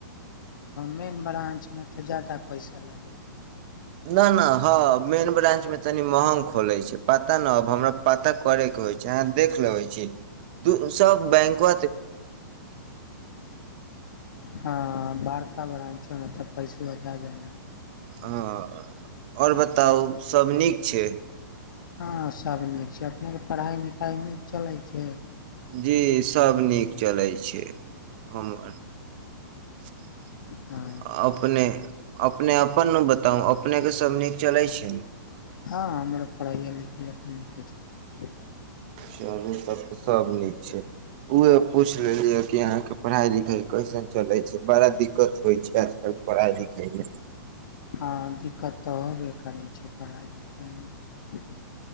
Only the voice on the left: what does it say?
मेन ब्रानंच में तऽ जादा पैसा लाग
हँ बारका ब्राच के मतलब पैसो आ जादा
हँ सभ नीक छै अपने के पढ़ाई लिखाइ नहि चलैत छै
हँ
हँ हमर पढ़ाईया लिखाय तऽ नीके छै
हँ दिक्कत तऽ होबे करै छै पढ़ाई लिखाइ मे